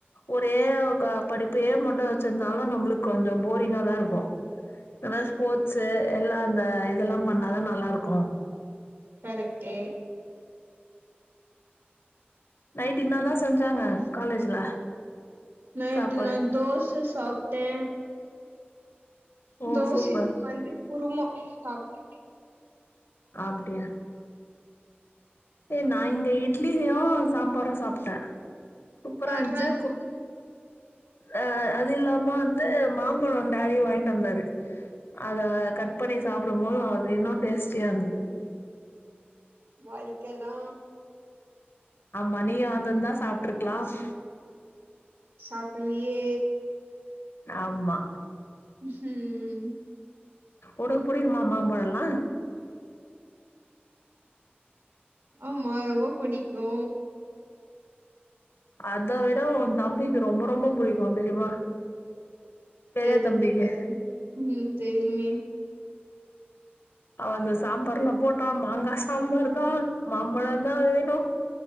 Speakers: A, on the left; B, on the right.
A: ஒரே க படிப்பையே மட்டும் வச்சிருந்தாலு நம்மளுக்கு கொஞ்சம் போரிங்காதா இருக்கு அதா ஸ்போர்ட்ஸ் எல்லா அந்த இதெல்லா பண்ணாதா நல்லாருக்கு
B: கரெக்ட்டு
A: நைட் என்னாதா செஞ்சாங்க காலேஜ்ல
B: நைட்டு
A: சாப்பாடு
B: நா தோச சாப் ட்ட
A: ஓ
B: தோசைக்கு
A: சூப்பர்
B: வந்து குருமா சாப்ட்ட
A: அப்டியா ஏ நா இங்க இட்லியு சாம்பாரு சாப்ட்ட சூப்பரா
B: பார்றா
A: இருந்ச்சு கோ அஹ் அது இல்லாம வந்து மாம்பழோ டேடி வாங்ட்டு வந்தாரு அத கட் பண்ணி சாப்படும் போது அது இன்னு டேஸ்ட்டியா இருந்துது
B: வாழ்க்க தா
A: மணிய வந்துர்ந்தா சாப்ட்ருக்லாம்
B: சாப்பிட்லியே
A: ஆமா
B: ம்
A: உனக்கு புடிக்குமா மாம்பழல்லா
B: ஆமா ரொம்ப புடிக்கு
A: அத விட உ தம்பிக்கு ரொம்ப ரொம்ப புடிக்கு தெரியுமா பெரிய
B: தெரிஞ்சுக்கணு
A: தம்பிக்கு
B: உம் தெரியுமே
A: அவ அந்த சாம்பார்ல போட்டா மாங்கா சாம்பார் தா மாம்பழ தா வேணு